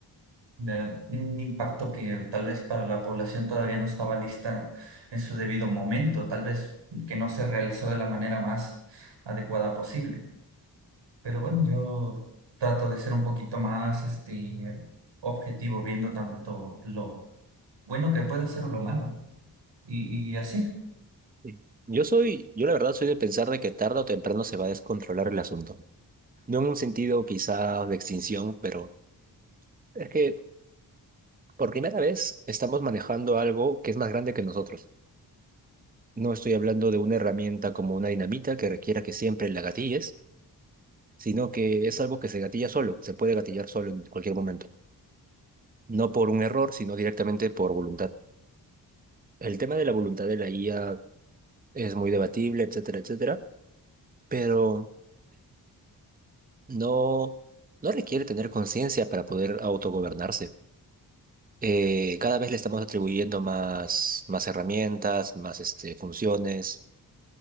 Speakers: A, on the right; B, on the right.
A: de un impacto que tal vez para la población todavía no estaba lista en su debido momento, tal vez que no se realizó de la manera más adecuada posible. Pero bueno, yo trato de ser un poquito más este, objetivo viendo tanto lo bueno que puede ser o lo malo. Y, y así,
B: y yo soy, yo la verdad soy de pensar de que tarde o temprano se va a descontrolar el asunto. No en un sentido quizá de extinción, pero es que por primera vez estamos manejando algo que es más grande que nosotros. No estoy hablando de una herramienta como una dinamita que requiera que siempre la gatilles. sino que es algo que se gatilla solo, se puede gatillar solo en cualquier momento. No por un error, sino directamente por voluntad. El tema de la voluntad de la IA es muy debatible, etcétera, etcétera, pero no, no requiere tener conciencia para poder autogobernarse. Eh, cada vez le estamos atribuyendo más, más herramientas, más este, funciones,